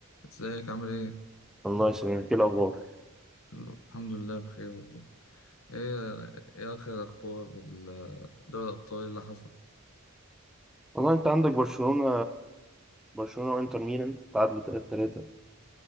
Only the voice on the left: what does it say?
ازيك عامل ايه؟
الحمد لله بخير والله ايه ايه اخر اخبار ال- دوري الابطال اللي حصل